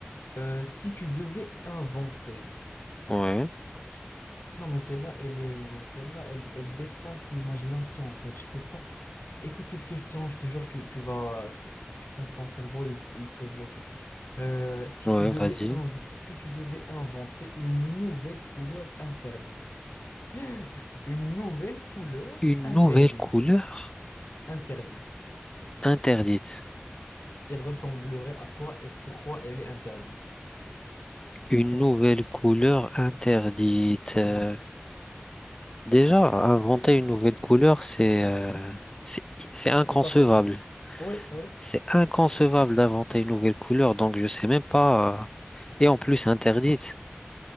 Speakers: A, on the left; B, on the left.
A: Euh, si tu devais inventer,
B: Ouais,
A: non mais celle-là, elle est, celle-là, elle, elle dépasse l'imagination en fait. Je peux pas. Écoute cette question, je te jure, tu, tu vas, je pense que ton cerveau il, il peut bloquer. Euh, si
B: ouais,
A: tu devais
B: vas-y.
A: inv- si tu devais inventer une nouvelle couleur interdite, <laughs> une nouvelle couleur
B: Une
A: interdite,
B: nouvelle couleur
A: interdite,
B: interdite.
A: elle ressemblerait à quoi et pourquoi elle est interdite? C'est
B: Une
A: quoi
B: nouvelle
A: cette caisse?
B: couleur interdite. Euh,
A: Ouais,
B: déjà, inventer une nouvelle couleur, c'est euh, c'est c'est inconcevable.
A: c'est pas possible. Oui, oui.
B: C'est inconcevable d'inventer une nouvelle couleur, donc je sais même pas. euh, Et en plus interdite.